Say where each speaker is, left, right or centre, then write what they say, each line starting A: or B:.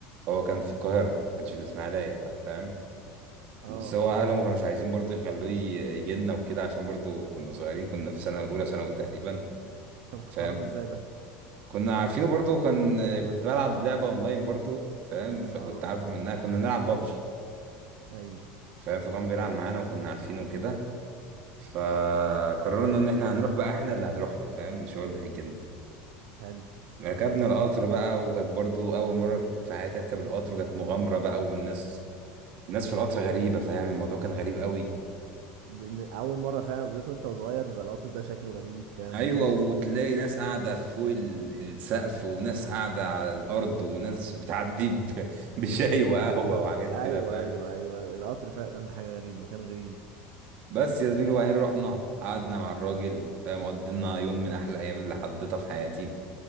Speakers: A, on the right (about 45°); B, on the right (about 70°).
A: هو كان في القاهره ما كانش في الاسماعيليه بقى فاهم
B: اه
A: بس هو اهله ما كانوش عايزين برضو يخلوه يجي لنا وكده عشان برضو كنا صغيرين كنا في سنه اولى ثانوي تقريبا
B: طب كنت
A: فاهم
B: تعرفه ازاي ده
A: كنا عارفينه برضو كان كنت بلعب لعبه اونلاين برضو فاهم فكنت
B: اه
A: عارفه منها كنا نلعب بابجي
B: ايوه
A: فاهم فكان بيلعب معانا وكنا عارفينه كده فقررنا ان احنا هنروح بقى احنا اللي هنروح له فاهم مش هو اللي هيجيلنا
B: حلو
A: ركبنا القطر بقى وكانت برضو اول مره في حياتي اركب القطر وكانت مغامره بقى والناس الناس في القطر غريبه فاهم الموضوع كان غريب قوي
B: بن- اول مره فعلا بالذات وانت صغير بيبقى القطر ده شكله غريب فاهم
A: ايوه
B: وايه الناس
A: وتلاقي ناس قاعده فوق ال- السقف وناس قاعده على الارض وناس بتعدي ب- <laughs> بشاي وقهوه وحاجات كده
B: ايوه
A: فاهم
B: ايوه ايوه القطر فعلا حاجه غريبه مكان غريب
A: بس يا زميلي وبعدين رحنا قعدنا مع الراجل فاهم قضينا يوم من احلى ايام اللي حضيتها في حياتي